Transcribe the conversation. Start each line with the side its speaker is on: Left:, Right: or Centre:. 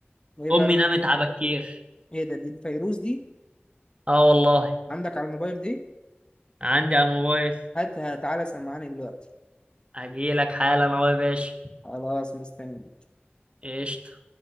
Left: ايه بقى
Right: امي نامت على بكير
Left: ايه ده دي الفيروز دي
Right: اه والله
Left: عندك على الموبايل دي
Right: عندي على الموبايل
Left: هاتها تعالى سمعاني دلوقتي
Right: اجيلك حالا اهو يا باشا
Left: خلاص مستني
Right: قشطة